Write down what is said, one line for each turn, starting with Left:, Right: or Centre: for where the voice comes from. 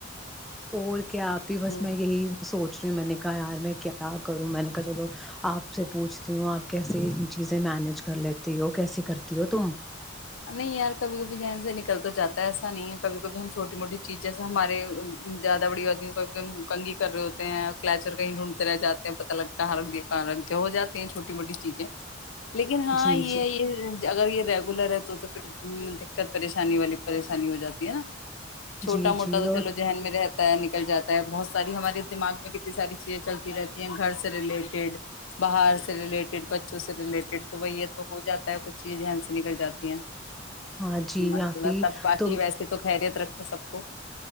Centre: اور کیا آپ بھی بس
Left: ہوں
Centre: میں یہی سوچ پوچھ رہی ہ میں نے کہا یار میں کیا کروں میں نے کہا چلو آپ سے پوچھتی ہوں آپ کیسی چیزیں مینج کر لیتی ہو کیسی کرتی ہو تم
Left: نہیں یار کبھی کبھی ذن سے نکل تو جاتا ہے ایسا نہیں ہے کبھی کبھی ہم چھوٹی موٹی چیز جیسے ہمارے زیادہ بڑی آدمی کبھی کب ہم کنگھی کر رہے ہوتے ہیں کچر کہیں ڈھونڈتے رہ جاتے ہیں پتا لگ کہاں رکھ دیا کہاں رکھ د ہو جاتے ہیں چھوٹی موٹی چیزیں لیکن ہاں
Centre: جی
Left: یہ
Centre: جی
Left: ہے یہ اگر یہ ریگولر ہے تو پھر دقت پریشانی والی پریشانی ہو جاتی ہے نا چھوٹا
Centre: جی
Left: موٹا
Centre: جی
Left: تو
Centre: اور
Left: چلو ذہن میں رہتا ہے نکل جاتا ہے بہت ساری ہمارے دماغ میں کتنی ساری چیزیں چلتی رہتی ہیں گھر سے ریلیٹیڈ باہر سے ریلیٹیڈ بچوں سے ریلیٹیڈ تو وہ یہ تو ہو جاتا ہے کچھ چیزان سے نکل جاتا شکریہ
Centre: ہاں جی
Left: <unintelligible> ماشاء
Centre: آپ
Left: اللہ
Centre: ہی
Left: تب باقی
Centre: تو
Left: ویسے تو خیریت رکھ ہے سب کو